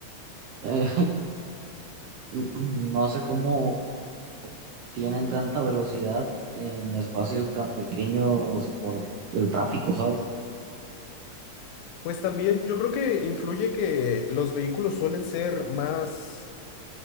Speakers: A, on the right; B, on the left.
A: eh, <laughs> no sé cómo tienen tanta velocidad en espacios tan pequeños por el tráfico, ¿sabes?
B: Pues también yo creo que influye que los vehículos suelen ser más